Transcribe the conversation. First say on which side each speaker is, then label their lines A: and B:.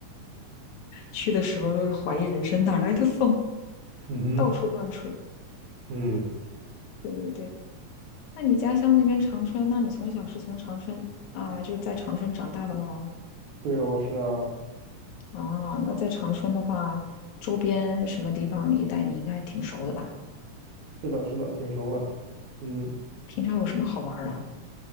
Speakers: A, on the left; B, on the right.
A: 去的时候都是怀疑人生，哪来的风，
B: 嗯哼，
A: 到处乱吹。
B: 嗯。
A: 对对对，那你家乡那边长春，那你从小是从长春啊，就是在长春长大的喽？
B: 对哦，是啊，
A: 哦，那在长春的话，周边什么地方一带你应该挺熟的吧？
B: 是的，是的，挺熟的。嗯，
A: 平常有什么好玩儿的啊？
B: 对，